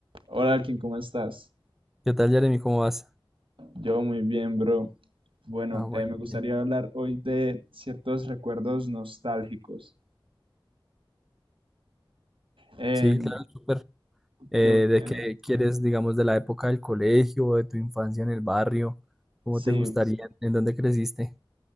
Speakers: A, on the right; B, in the centre.
A: Hola, Alkin, ¿cómo estás?
B: ¿Qué tal, Jeremy? ¿Cómo vas?
A: Yo muy bien, bro. Bueno,
B: Ah, bueno.
A: eh, me gustaría
B: bien.
A: hablar hoy de ciertos recuerdos nostálgicos. Em,
B: Sí, claro, súper. Eh,
A: yo quiero.
B: ¿de qué quieres, digamos, de la época del colegio, de tu infancia en el barrio? ¿Cómo
A: Sí,
B: te gustaría? ¿En dónde creciste?